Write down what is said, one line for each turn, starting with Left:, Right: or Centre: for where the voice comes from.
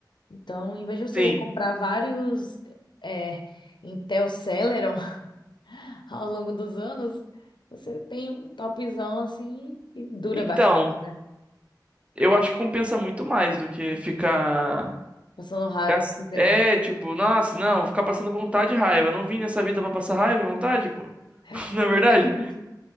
Left: Então, em vez de você
Right: Sim.
Left: comprar vários é, Intel Celeron <laughs> ao longo dos anos, você tem um topzão assim e dura
Right: Então,
Left: bastante, né?
Right: Eu acho que compensa muito mais do que ficar.
Left: Passando raiva
Right: gas-
Left: com o PC
Right: É,
Left: ruim.
Right: tipo, nossa, não, vou ficar passando vontade e raiva. Não vim nessa vida pra passar raiva e vontade, pô.
Left: <laughs>
Right: <laughs> Na
Left: Exatamente.
Right: verdade?